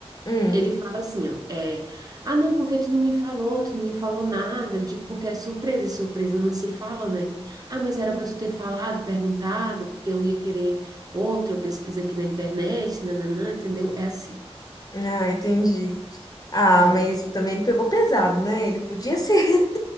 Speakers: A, on the left (about 35°); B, on the right (about 35°).
A: hum,
B: ele fala assim, ó, é, ah, não, porque tu não me falou, tu não me falou nada. Eu digo, porque é surpresa, e surpresa não se fala, né? Ah, mas era para tu ter falado, perguntado, porque eu ia querer outro, eu pesquiso aqui na internet, nananã, entendeu? É assim,
A: ah, entendi. Ah,
B: é.
A: mas também ele pegou pesado, né? Ele podia ser <laughs>